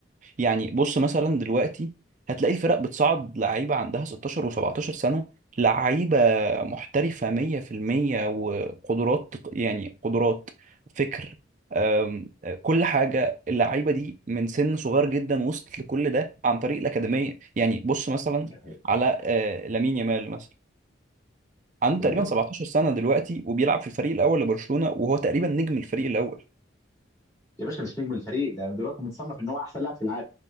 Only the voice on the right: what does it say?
يعني بص مثلا دلوقتي هتلاقي الفرق بتصعد لعيبة عندها 16 و17 سنة لعيبة محترفة 100% وقدرات يعني قدرات فكر أم، كل حاجة اللعيبة دي من سن صغير جدا وصلت لكل ده عن طريق الأكاديمية يعني بص مثلا
على آه، لامين يامال مثلا عنده
تقريبا 17 سنة دلوقتي وبيلعب في الفريق الأول لبرشلونة وهو تقريبا نجم الفريق الأول